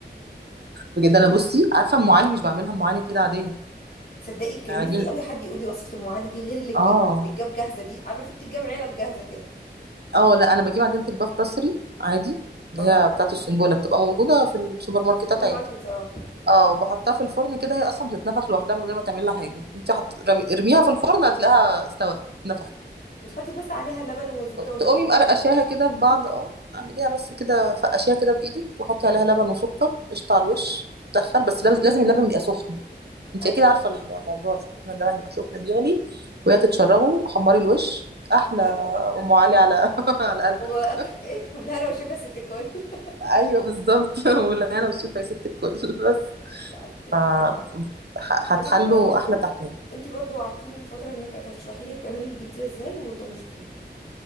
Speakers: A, on the right; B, on the left.
A: بجد انا بصي عارفة ام علي مش بعملها ام علي كده عادية
B: <laughs> صدقي كان
A: أنا
B: نفسي
A: بجيب
B: قوي حد يقول لي وصفة ام علي دي غير اللي بتج-
A: اه
B: اللي بتتجاب جاهزة دي عارفة في بتتجاب علب جاهزة كده
A: اه لا انا بجيب عجينه الباف بسري عادي اللي
B: اه
A: هي بتاعه السنبله بتبقى موجوده في السوبر ماركتات
B: في السوبر
A: عادي
B: ماركت اه
A: اه وبحطها في الفرن كده هي اصلا بتتنفخ لوحدها من غير ما تعمل لها حاجه انت حط رمي... ارميها في الفرن هتلاقيها استوت نفخت
B: وتحطي بس عليها اللبن والزبدة والمكسرات
A: تقومي مقرقشاها
B: والكلام
A: كده
B: ده
A: في بعض اه اعمليها بس كده فقشيها كده بايدك وحطي عليها لبن وسكر قشطه على الوش تدخل بس لابس- لازم اللبن يبقى سخن انت
B: ايوه
A: اكيد عارفه الموضوع ده لازم اللبن يبقى سخن بيغلي وهي تتشربه حمري الوش
B: وتتظبط
A: احلى
B: بقى
A: ام علي على <laughs> على قلبك
B: وك- <laughs> ايه بالهنا والشفا يا ست الكل <laughs>
A: ايوه بالظبط <laughs> ولا انا مش شايفه يا ست الكل <laughs> بس
B: لا بجد
A: ف
B: حلوة قوي
A: ح- هتحلوا
B: طب انتي برضو
A: احلى تحكي
B: انتي برضو وعدتيني من فترة انك هتشرحي لي بتعملي البيتزا ازاي وطنشتيني